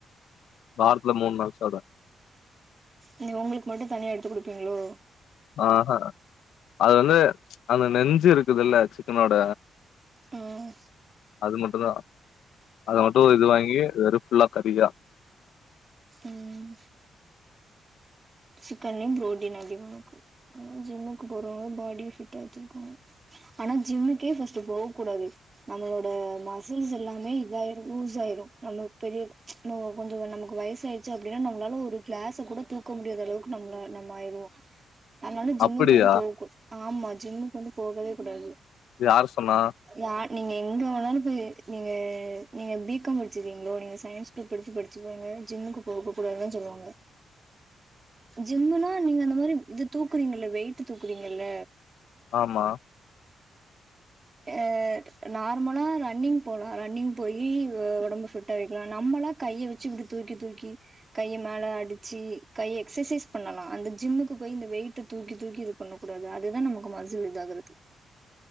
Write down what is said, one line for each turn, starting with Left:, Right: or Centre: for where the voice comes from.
Left: வாரத்துல மூணு நாள் சாப்டுவே
Right: நீ உங்களுக்கு மட்டு தனியா எடுத்து குடுப்பீங்களோ
Left: ஆஹ அது வந்து அந்த நெஞ்சு இருக்குதுல்ல சிக்கனோட
Right: ம்
Left: அது மட்டுதா அதமட்டு இது வாங்கி வெறு ஃபுல்லா கறிதா
Right: ம் சிக்கன்லயு பு்ரோட்டீன் அதிக இருக்கு ஆ ஜிம்முக்கு போறவங்க பாடி ஃபிட்டாச்சிருக்காங்க ஆனா ஜிம்முக்கே ஃம்ம்பர்ஸ்ட்ட் போககூடாது நம்மளோட மசில்ஸ் எல்லாமே இதாயுரு லூஸ் ஆயிரு நம்ம பெரியம கொஞ்ச நமக்கு வயச ஆடுச்சு அப்டின்னா நம்மளால ஒரு கிளாஸை கூட தூக்க முடியாத அளவுக் நம்மள நம்ம ஆயிருவோ அதனால ஜிம்முக்கு
Left: அப்படியா
Right: வந்து போக ஆமா ஜிம்முக்கு வந்து போகவே கூடாது
Left: யார் சொன்னா
Right: யா நீங்க எங்க வேனாலு போய் நீங்க நீங்க பி கம் படிச்சிருக்கீங்களோ நீங்க சயின்ஸ் படித்து படிச்சுங்க ஜிம்முக்கு போக கூடாது சொல்லுவாங்க ஜிம்முனா நீங்க அந்த மாரி இது தூக்குறீங்கல்ல வெயிட் தூக்குறீங்கல்ல
Left: ஆமா
Right: அ நார்மலா ரன்னிங் போலா ரன்னிங் போய் உடம்பு ஃபிட்டா வைக்கலா நம்மளா கையை வச்சு இப்படி தூக்கி தூக்கி கையை மேல அடிச்சி கையை எக்ஸசைஸ் பண்ணலா அந்த ஜிம்முக்கு போய் இந்த வெயிட்ட தூக்கி தூக்கி இது பண்ண கூடாது அதுதான் நமக்கு மஸில் இதாகது